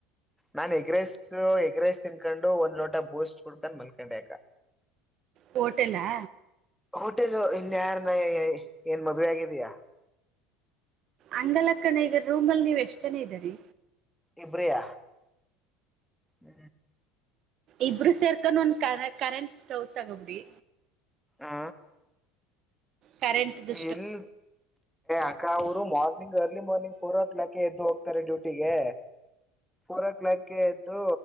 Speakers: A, in the centre; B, on the right (about 50°).
A: ನಾನು ಎಗ್ರೆಸ್ ಎಗ್ರೈಸ್ ತಿನ್ಕೊಂಡು ಒಂದ್ ಲೋಟ ಬೂಸ್ಟ್ ಕುಡ್ಕೊಂಡು ಮಲ್ಕೊಂಡೆ ಅಕ.
B: ಹೋಟೆಲ್ಲಾ
A: ಹೋಟೆಲ್ ಇನ್ ಯಾರನ್ನ ಏನ್ ಮದುವೆ ಆಗಿದಯಾ.
B: ಅಂಗಲಕಣೆ ಈಗ ರೂಮ್ ಇಗ ನೀವ್ ಎಷ್ಟ್ ಜನ ಇದ್ದರಿ.
A: ಇಬ್ರಯ ಹ್ಮ.
B: ಇಬ್ರು ಸೇರ್ಕೊಂಡ ಒಂದ ಕ ಕರೆಂಟ್ ಸ್ಟೌವ್ ತಗಬುಡಿ.
A: ಆ
B: ಕರೆಂಟ್ದು
A: ಇಲ್ಲಿ ಅಕ್ಕ ಅವರು morning early morning four o'clock ಎದ್ದು ಹೋಗ್ತಾರೆ ಡ್ಯೂಟಿ. ಟ್ಟಿಗೆ. ಫೋರ್ ಓ ಕ್ಲಾಕ್ ಗೆ ಎದ್ದು